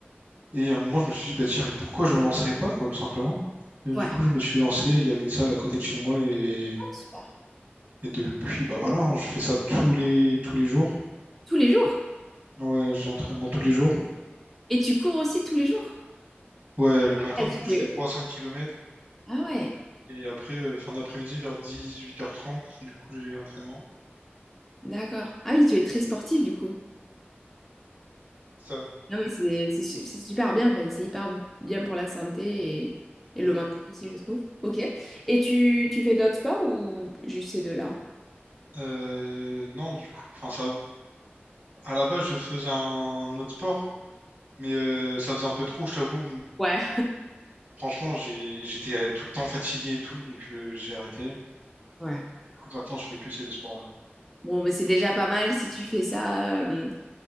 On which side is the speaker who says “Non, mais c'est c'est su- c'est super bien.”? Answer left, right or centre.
Centre